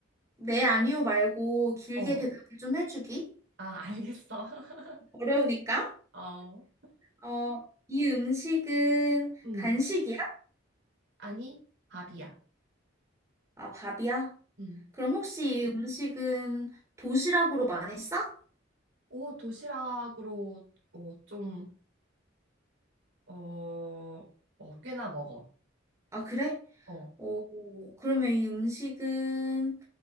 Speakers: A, on the right; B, on the right.
A: 네, 아니요 말고 길게
B: 어.
A: 대답을 좀 해주기.
B: 아, 알겠어. <laughs>
A: 어려우니까.
B: 어.
A: 어, 이 음식은
B: 음,
A: 간식이야?
B: 아니, 밥이야.
A: 아, 밥이야?
B: 음.
A: 그럼 혹시 이 음식은 도시락으로 많이 싸?
B: 오, 도시락으로, 어, 좀, 어, 어, 꽤나 먹어.
A: 아, 그래?
B: 어.
A: 오, 그러면 이 음식은,